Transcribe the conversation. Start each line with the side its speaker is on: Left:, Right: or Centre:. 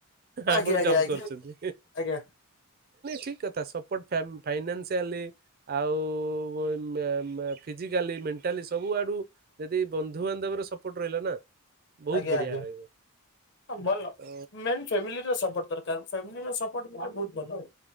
Left: ଆଜ୍ଞା
Right: ଆପଣ
Left: ଆଜ୍ଞା
Right: ଜମ୍ପ
Left: ଆଜ୍ଞା
Right: କରୁଚନ୍ତି
Left: ଆଜ୍ଞା
Right: ଠିକ୍ କଥା ସପୋର୍ଟ ଫା ଫାଇନାସଆଲି ଆଉ ମେ ମେ ଫିଜିକାଲି ମେଣ୍ଟାଲି ସବୁ ଆଡୁ ଯଦି ବନ୍ଧୁବାନ୍ଧବର ସପୋର୍ଟ ରହିଲା ନା ବହୁତ
Left: ଆଜ୍ଞା
Right: ବଢିଆ
Left: ଆଜ୍ଞା
Right: ରହିବ
Left: ହଁ ଭଲ
Right: ତ
Left: ମେ ବି ଫ୍ୟାମିଲି ର ସପୋ ଦରକାର ଫ୍ୟାମିଲିର ସପୋର୍ଟ ମିଳିଲେ ବହୁତ ଭଲ।